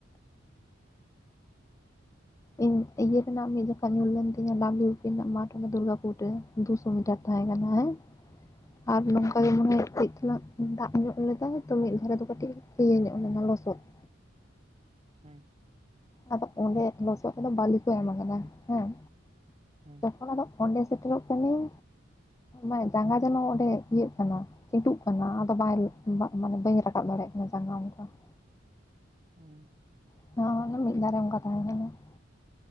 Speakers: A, on the left (about 15°); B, on the right (about 30°).
A: ᱤᱧ ᱤᱭᱟᱹ ᱨᱮᱱᱟᱜ ᱢᱤᱜ ᱡᱚᱠᱷᱟᱜ ᱧᱩᱨ ᱞᱮᱱ ᱛᱤᱧᱟᱹ ᱰᱟᱵᱞᱩᱵᱤᱯᱤ ᱨᱮᱱᱟᱜ ᱢᱟᱴᱷᱚ ᱚᱰᱮ ᱫᱩᱨᱜᱟᱯᱩᱨ ᱨᱮ ᱫᱩᱥᱚ ᱢᱤᱴᱟᱨ ᱛᱟᱦᱮᱸ ᱠᱟᱱᱟ ᱦᱮᱸ
B: <inaudible>
A: ᱟᱨ ᱱᱚᱝᱠᱟ <unintelligible> ᱫᱟᱜ ᱧᱚᱜ ᱞᱮᱫᱟᱭ ᱛᱚ ᱢᱤᱫ ᱫᱷᱟᱨᱮ ᱫᱚ ᱠᱟᱹᱴᱤᱡ ᱤᱭᱟᱹ ᱧᱚᱜ ᱞᱮᱱᱟ ᱞᱚᱥᱚᱫ ᱾
B: ᱦᱩᱸ
A: ᱟᱫᱚ ᱚᱸᱰᱮ ᱞᱚᱥᱚᱫ ᱨᱮᱫᱚ ᱵᱟᱹᱞᱤ ᱠᱚ ᱮᱢ ᱠᱟᱫᱟ ᱦᱮᱸ
B: ᱦᱩᱸ
A: ᱚᱱᱟ ᱫᱚ ᱚᱸᱰᱮ ᱥᱮᱴᱮᱨᱚᱜ ᱠᱟᱹᱱᱤᱧ ᱢᱟᱱᱮ ᱡᱟᱸᱜᱟ ᱡᱮᱱᱚ ᱚᱸᱰᱮ ᱤᱭᱟᱹᱜ ᱠᱟᱱᱟ ᱪᱤᱸᱴᱚᱜ ᱠᱟᱱᱟ ᱟᱫᱚ ᱵᱟᱭ ᱢᱟᱱᱮ ᱵᱟᱹᱧ ᱨᱟᱠᱟᱵ ᱫᱟᱲᱮᱭᱟᱜ ᱠᱟᱱᱟ ᱡᱟᱸᱜᱟ ᱚᱱᱠᱟ ᱾
B: ᱦᱩᱸ
A: <unintelligible> ᱚᱱᱟ ᱫᱚ ᱢᱤᱫ ᱫᱷᱟᱨᱮ ᱚᱱᱠᱟ ᱛᱟᱦᱮᱸ ᱠᱟᱱᱟ ᱾